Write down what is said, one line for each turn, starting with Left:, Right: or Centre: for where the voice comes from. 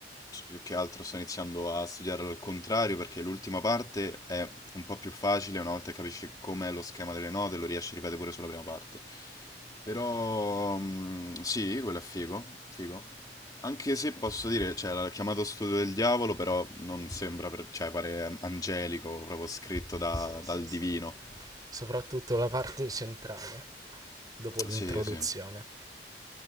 Left: s più che altro sto iniziando a studiarlo al contrario perché l'ultima parte è un po' più facile, una volta che capisci com'è lo schema delle note lo riesci a ripetere pure sulla prima parte. Però mm, sì, quello è figo, figo. Anche se posso dire, cioè, l'ha chiamato Studio del Diavolo, però non sembra, per- cioè, pare angelico, proprio scritto da-
Right: Sì, sì,
Left: dal
Right: sì.
Left: divino.
Right: Soprattutto la parte centrale. dopo l'introduzione.
Left: Sì, sì.